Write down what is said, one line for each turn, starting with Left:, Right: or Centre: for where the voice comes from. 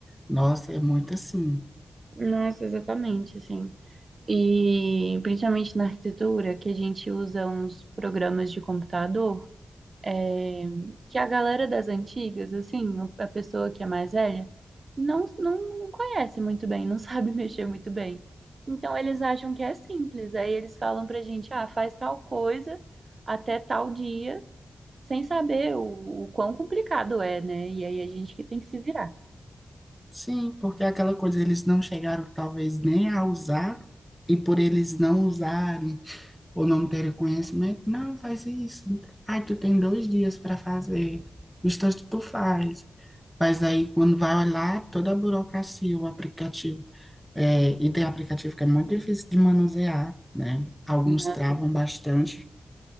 Centre: Nossa, é muito assim.
Right: Nossa, exatamente, assim. E principalmente na arquitetura, que a gente usa uns programas de computador, é, que a galera das antigas, assim, a pessoa que é mais velha, não, não, não conhece muito bem, não <laughs> sabe mexer muito bem. Então eles acham que é simples. Aí eles falam pra gente, ah, faz tal coisa até tal dia, sem saber o, o quão complicado é, né? E aí a gente que tem que se virar.
Centre: Sim, porque aquela coisa eles não chegaram talvez nem a usar, e por eles não usarem ou não terem conhecimento, não, faz isso. Ai, tu tem dois dias para fazer. O instante tu faz. Mas aí, quando vai olhar, toda a burocracia, o aplicativo. É, e tem aplicativo que é muito difícil de manusear, né? Alguns
Right: Nossa,
Centre: travam bastante,